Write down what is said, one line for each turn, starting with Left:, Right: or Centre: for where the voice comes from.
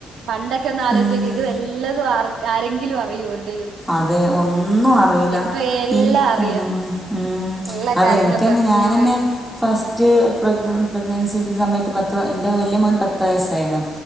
Right: പണ്ടൊക്കെ ഒന്ന് ആലോചിച്ചോക്ക്
Centre: ഉം
Right: ഇത് വല്ലതും അറ ആരെങ്കിലും അറിയോ ഒര്
Centre: അതെ ഒന്നും അറിയില്ല.
Right: ഇപ്പൊ എല്ലാം
Centre: ഇൻ
Right: അറിയാം
Centre: ഉം ഉം ഉം
Right: എല്ലാ
Centre: അതെ
Right: കാര്യങ്ങളും
Centre: എനിക്ക
Right: സെർച്ച്
Centre: ന്ന ഞാനെന്നെ
Right: ചെയ്ത്
Centre: ഫസ്റ്റ് പ്രഗ്ന പ്രഗ്നൻസി സമയ പത്ത് വ എന്റ വല്യ മോന് പത്ത് വയസ്സായിണ്.